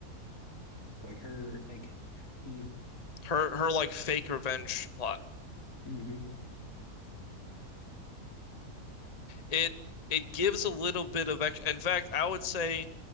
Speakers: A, on the left; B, on the left.
A: Like her, like. mm-hmm.
B: Her her like fake revenge plot.
A: hmm
B: It it gives a little bit of ex in fact, I would say